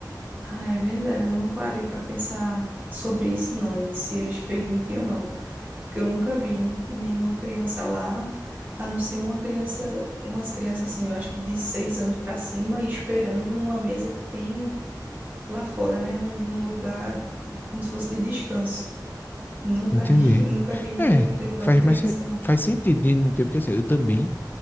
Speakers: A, on the right (about 25°); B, on the left (about 25°).
A: Ah, é verdade, eu não parei para pensar sobre isso, não, de se eles permitem ou não. Porque eu nunca vi nenhuma criança lá, a não ser uma criança, umas crianças assim, eu acho que de seis anos para cima, esperando numa mesa que tem lá fora, né? Num, num lugar como se fosse de descanso. Nunca
B: Entendi.
A: vi, <laughs> nunca vi ninguém
B: É,
A: levando
B: faz
A: criança,
B: mais sen-
A: não.
B: faz sentido de não ter, porque assim, eu também,